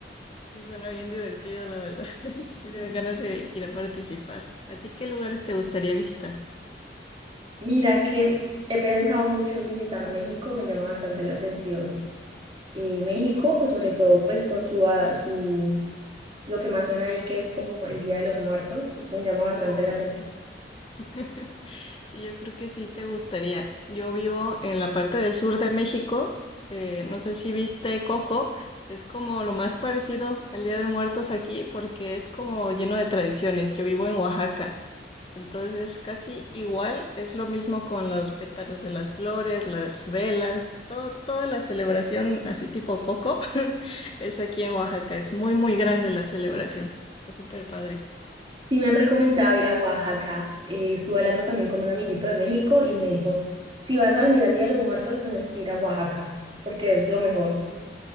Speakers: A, on the left; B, on the right.
A: Sí, suena bien divertido, la verdad. <laughs> Sí, me dan ganas de ir a participar. ¿A ti qué lugares te gustaría visitar?
B: Mira que he pensado mucho en visitar México, me llama bastante la atención. Y México, sobre todo, pues con su, a- su, lo que más suena ahí, que es como el Día de los Muertos, me llama bastante
A: Uy,
B: la atención.
A: sí. <laughs> Sí, yo creo que sí te gustaría. Yo vivo en la parte del sur de México. eh, no sé si viste Coco. Es como lo más parecido al Día de Muertos aquí porque es como lleno de tradiciones. Yo vivo en Oaxaca. Entonces, casi igual es lo mismo con los pétalos de las flores, las velas, todo, toda la celebración así tipo Coco <laughs> es aquí en Oaxaca. Es muy, muy grande la celebración. Está súper padre.
B: Sí me han recomendado ir a Oaxaca. Eh, estuve hablando también con un amiguito de México y me dijo, si vas a venir al Día de los Muertos, tenés que ir a Oaxaca, porque es lo mejor.
A: Sí,